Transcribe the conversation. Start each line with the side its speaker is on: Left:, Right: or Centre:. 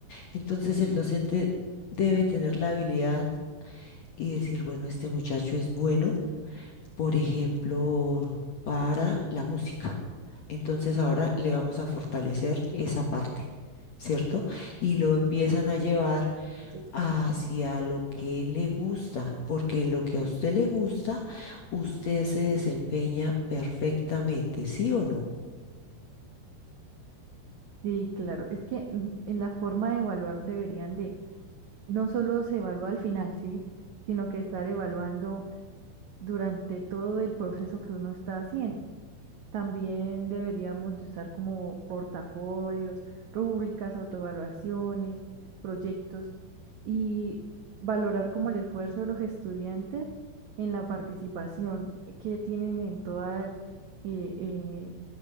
Left: Entonces el docente debe tener la habilidad y decir, bueno, este muchacho es bueno, por ejemplo, para la música. Entonces ahora le vamos a fortalecer esa parte, ¿cierto? Y lo empiezan a llevar
Right: sí,
Left: hacia
Right: claro.
Left: lo que le gusta, porque en lo que a usted le gusta, usted se desempeña perfectamente, ¿sí o no?
Right: Sí, claro. Es que mm, en la forma de evaluar deberían de, no solo se evalúa al final, ¿sí? Sino que estar evaluando durante todo el proceso que uno está haciendo. También deberíamos de usar como portafolios, rúbricas, autoevaluaciones, proyectos y valorar como el esfuerzo de los estudiantes en la participación que tienen en toda, eh, eh,